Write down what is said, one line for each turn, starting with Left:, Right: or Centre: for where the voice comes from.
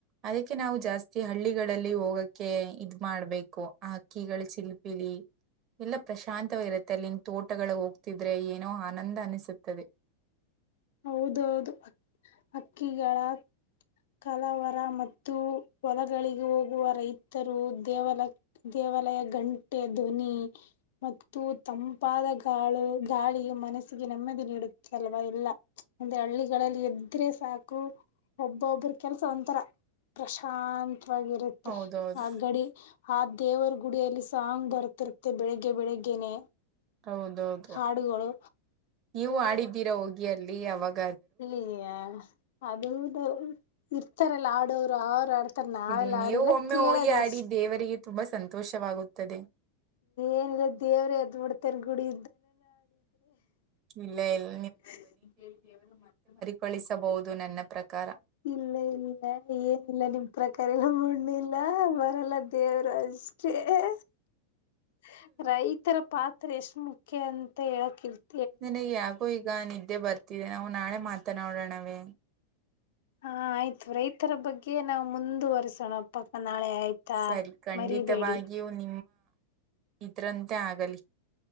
Right: ಅದಕ್ಕೆ ನಾವು ಜಾಸ್ತಿ ಹಳ್ಳಿಗಳಲ್ಲಿ ಹೋಗಕ್ಕೆ ಇದ ಮಾಡ್ಬೇಕು ಅಕ್ಕಿಗಳ ಚಿಲುಪಿಲಿ. ಎಲ್ಲ ಪ್ರಶಾಂತವಾಗಿರುತ್ತೆ ಅಲ್ಲಿಂದ ತೋಟಗಳಗ್ ಹೋಗ್ತಿದ್ರೆ ಏನೋ ಆನಂದ ಅನಿಸುತ್ತದೆ.
Left: ಹೌದೌದು ಅಕ್ಕಿಗಳ. ಕಲಾವರ ಮತ್ತು ಹೊಲಗಳಿಗೆ ಹೋಗುವ ರೈತರು ದೇವಾಲಯಕ್ಕೆ ದೇವಾಲಯ ಗಂಟೆ ಧ್ವನಿ. ಮತ್ತು ತಂಪಾದ ಗಾಳು ಗಾಳಿಯು ಮನಸ್ಸಿಗೆ ನೆಮ್ಮದಿ ನೀಡುತ್ತಲ್ವ ಇಲ್ಲ. ಅಂದ್ರೆ ಹಳ್ಳಿಗಳಲ್ಲಿ ಎದ್ರೆ ಸಾಕು ಒಬ್ಬೊಬ್ಬ. ಒಬ್ರು ಕೆಲ್ಸ ಒಂಥರ ಪ್ರಶಾಂತವಾಗಿರುತ್ತೆ
Right: ಹೌದೌದು
Left: ಆ ಗಡಿ. ಆ ದೇವರ ಗುಡಿಯಲ್ಲಿ ಸಾಂಗ್ ಬರ್ತಿರುತ್ತೆ ಬೆಳಿಗ್ಗೆ ಬೆಳಿಗ್ಗೆನೆ.
Right: ಹೌದೌದು.
Left: ಹಾಡುಗಳು.
Right: ನೀವು ಆಡಿದ್ದೀರಾ ಹೋಗಿ ಅಲ್ಲಿ ಅವಾಗ.
Left: ಇಯೇ ಅದುದ. ಇರ್ತಾರಲ್ಲ ಆಡೋರು ಅವ್ರು ಆಡ್ತಾರ ನಾವೆಲ್ಲ
Right: ಇಲ್ಲಿ ನೀವು
Left: ಆಡಿಲ್ಲ
Right: ಒಮ್ಮೆ
Left: ಕೇಳದ.
Right: ಹೋಗಿ ಆಡಿ ದೇವರಿಗೆ ತುಂಬಾ ಸಂತೋಷವಾಗುತ್ತದೆ.
Left: ಏನ್ಲ್ಲ ದೇವ್ರ ಎದ್ ಬಿಿಡ್ತಾರ ಗುಡಿ. <unintelligible>
Right: ಇಲ್ಲ ಇಲ್ಲ ಕಳಿಸಬಹುದು ನನ್ನ ಪ್ರಕಾರ.
Left: ಇಲ್ಲ ಇಲ್ಲ ಏನಿಲ್ಲ ನಿಮ ಪ್ರಕಾರ ಎಲ್ಲ ಮಣ್ಣ ಇಲ್ಲ ಬರಲ್ಲ ದೇವರಾಜ್. ಎ ಎ <unintelligible> ರೈತರ ಪಾತ್ರ ಎಷ್ಟು ಮುಖ್ಯ ಅಂತ ಹೇಳ್ತಿದ್ದೆ.
Right: ನಿನಗ್ ಯಾಕೋ ಈಗ ನಿದ್ದೆ ಬರ್ತಿದೆ ನಾವು ನಾಳೆ ಮಾತನಾಡೋಣವೇ.
Left: ಹಾ ಆಯ್ತು ರೈತರ ಬಗ್ಗೆ ನಾವು ಮುಂದುವರಿಸೋಣ. ಪಕ್ ನಾಳೆ ಆಯ್ತಾ
Right: ಸರಿ ಖಂಡಿತವಾಗಿಯೂ
Left: ಮರಿಬೇಡಿ.
Right: ನಿಮ್ಮ ಇದ್ರಂತೆ ಆಗಲಿ.